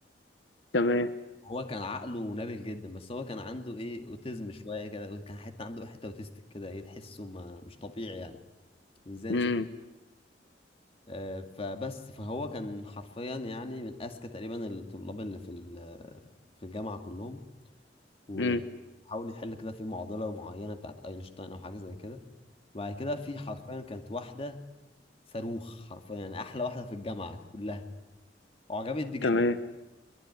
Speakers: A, on the left; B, on the left.
A: تمام
B: هو كان عقله نابه جدا بس هو كان عنده ايه اوتيزم شويه كده كان حتى عنده حته اوتيستيك كده ايه تحسه ما مش طبيعي يعني ازاي ناس
A: امم
B: آه، فبس فهو كان حرفيا يعني من اذكى تقريبا الطلاب اللي في ال- في الجامعه كلهم وحاول
A: امم
B: يحل كده في معضله معينه بتاعت اينشتاين او حاجه زي كده وبعد كده في حرفيا كانت واحده صاروخ حرفيا يعني احلى واحده في الجامعه كلها وعجبت بيه جدا
A: تمام